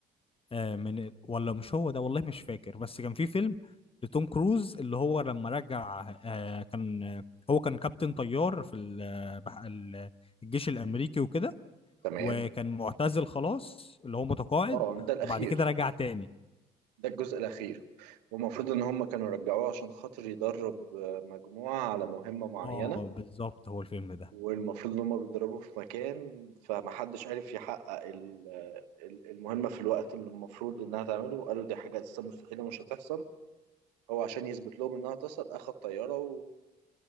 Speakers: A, on the left; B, on the right.
A: آه من ال ولا مش هو ده والله مش فاكر بس كان في فيلم لتوم كروز اللي هو لما رجع آه كان آه، هو كان كابتن طيار في ال- آه، بح- ال- الجيش الامريكي وكده
B: تمام
A: وكان معتزل خلاص اللي هو متقاعد
B: اه ده الاخير
A: وبعد كده رجع تاني
B: ده الجزء الاخير والمفروض ان هم كانوا رجعوه عشان خاطر يدرب آه، مجموعة على مهمة معينة
A: اه بالظبط هو الفيلم ده
B: والمفروض ان هم بيتدربوا في مكان فمحدش عارف يحقق ال- ال- المهمة في الوقت اللي المفروض انها تعمله قالوا دي حاجة اساسا مستحيلة مش هتحصل هو عشان يثبت لهم انها تحصل اخد طيارة و...